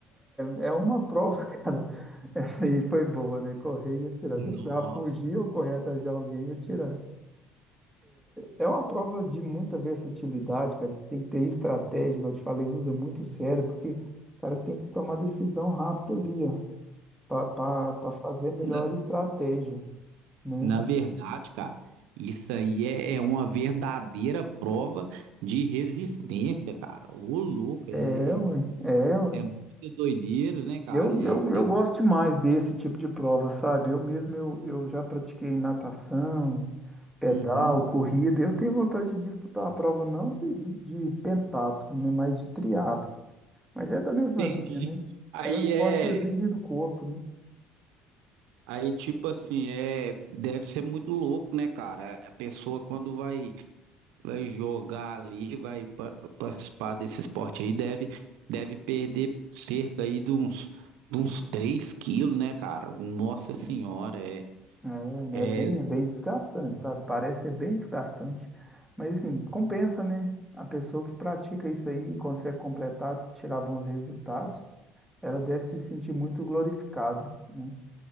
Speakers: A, in the centre; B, on the right.
A: É, é uma prova, <laughs> cara. Essa aí foi boa, né? Correr e atirar.
B: Nossa,
A: Você precisava fugir ou correr atrás de alguém e atirar. É, é uma prova de muita versatilidade, cara. que Tem que ter estratégia, igual eu te falei, usa muito o cérebro, porque o cara tem que tomar decisão rápida ali, ó, para fazer a melhor
B: na,
A: estratégia, né?
B: na verdade, cara, isso aí é, é uma verdadeira prova de resistência, cara. Ô, louco, é,
A: É, ué,
B: é,
A: é, ué.
B: é muita doideira, né, cara?
A: Eu,
B: É,
A: eu,
B: tem,
A: eu gosto demais desse tipo de prova, sabe? Eu mesmo, eu, eu já pratiquei natação, pedal,
B: uhum,
A: corrida. Eu tenho vontade de disputar uma prova não de, de, de pentatlo, né, mas de triatlo. Mas é da mesma
B: entendi.
A: linha, né?
B: Aí
A: É um esporte
B: é,
A: que exige do corpo, né?
B: aí tipo assim, é, deve ser muito louco, né, cara? A pessoa quando vai vai jogar ali, vai pa- participar desse esporte aí, deve, deve perder cerca aí de uns, de uns 3 quilos, né, cara? Nossa Senhora, é,
A: É, né?
B: é,
A: É bem, é bem desgastante, sabe? Parece ser bem desgastante. Mas assim, compensa, né? A pessoa que pratica isso aí e consegue completar, tirar bons resultados, ela deve se sentir muito glorificada, né?